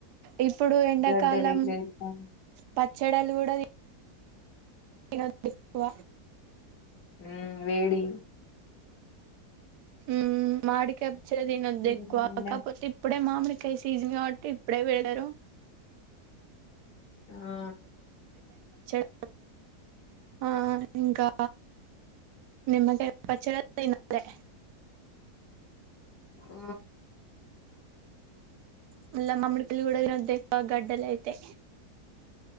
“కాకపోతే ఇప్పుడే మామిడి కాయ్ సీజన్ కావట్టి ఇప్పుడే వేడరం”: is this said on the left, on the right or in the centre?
Right